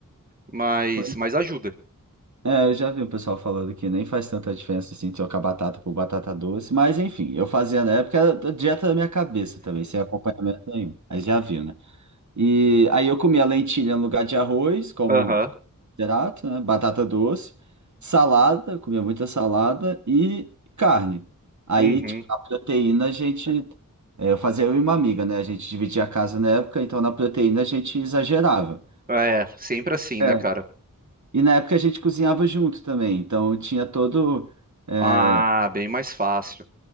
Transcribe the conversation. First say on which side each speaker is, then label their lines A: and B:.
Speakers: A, on the right; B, on the right.
A: mas,
B: pois-
A: mas ajuda.
B: é, eu já vi o pessoal falando que nem faz tanta diferença assim trocar batata por batata doce, mas enfim, eu fazia na época era da dieta da minha cabeça também, sem acompanhamento nenhum. Aí já viu, né? E aí eu comia lentilha no lugar de arroz, como
A: Aham.
B: Hidrato, né? Batata doce, salada, comia muita salada e carne. Aí,
A: Uhum.
B: tipo, a proteína a gente. é, eu fazia eu e uma amiga, né? A gente dividia a casa na época, então na proteína a gente exagerava.
A: É, sempre assim,
B: É.
A: né, cara?
B: E na época a gente cozinhava junto também, então tinha todo. É,
A: Ah, bem mais fácil.